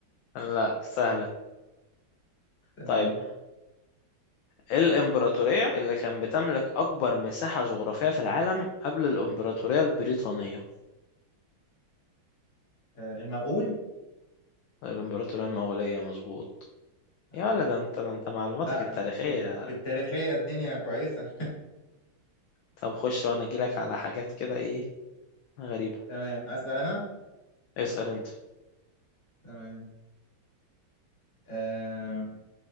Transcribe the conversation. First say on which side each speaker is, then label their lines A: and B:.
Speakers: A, on the left; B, on the left.
A: لا سهلة
B: تمام
A: طيب ايه الامبراطورية اللي كان بتملك اكبر مساحة جغرافية في العالم قبل الامبراطورية البريطانية
B: آه المغول
A: الامبراطورية المغولية مظبوط يا
B: ايوه
A: ولا ده انت ده انت معلوماتك
B: لا
A: التاريخية
B: في في التاريخية الدنيا كويسة
A: طب خش وانا اجيلك على حاجات كده ايه غريبة
B: تمام اسال انا
A: اسأل انت
B: تمام آه،